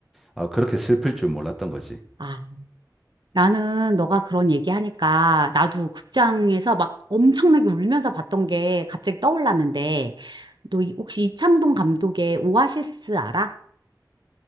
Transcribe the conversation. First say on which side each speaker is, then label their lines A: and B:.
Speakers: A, in the centre; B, on the right.
A: 아, 그렇게 슬플 줄 몰랐던 거지.
B: 아, 나는 너가 그런 얘기하니까 나도 극장에서 막 엄청나게 울면서 봤던 게 갑자기 떠올랐는데 너 이- 혹시 이창동 감독의 오아시스 알아?